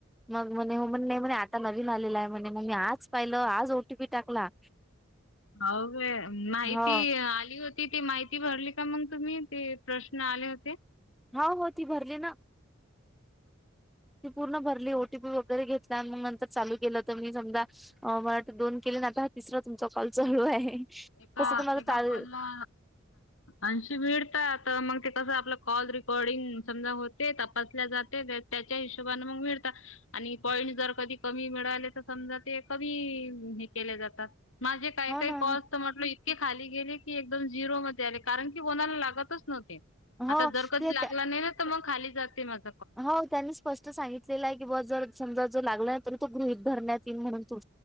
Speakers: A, in the centre; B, on the left (about 80°).
A: मग म्हणे हो म्हणे नाही म्हणे आता नवीन आलेला आहे म्हणे म मी आज पाहिलं आज ओटीपी टाकला...
B: अहो मी माहिती
A: हो
B: आली होती ती माहि.. ती भरली का मग तुम्ही ते प्रश्न आले होते...
A: हो हो ती भरली ना ती पूर्ण भरली ओटीपी वगैरे घेत... ला मग नंतर चालू केलं तर मी समजा अ मला वाट दोन केले आणि आता हा तिसरा... तुमचा कॉल चालू आहे....
B: एका
A: तसं तर माझं
B: एका
A: चाल
B: कॉलला ऐशी मिडतात त मग... ते कसं आपलं कॉल रेकॉर्डिंग समजा होते तपासल्या जाते त्याच्या हिशोबान मग मिळता... आणि पॉइंट जर कधी कमी मिळाले तर समजा ते कमी हे केले जातात... माझे काही
A: हो
B: काही
A: ना
B: कॉल्स तर म्हटलं.. इतके खाली गेले की एकदम झिरो मध्ये आले कारण की कोणाला लागतच नव्हते... आता
A: हो
B: जर कधी
A: ते
B: लागला नाही ना तर म खाली जाते मग.
A: हो त्यांनी स्पष्ट सांगितलेलं आहे की बा जर समजा जो लागला.... तर तू गृहित धरण्यात येई म्हणून तु....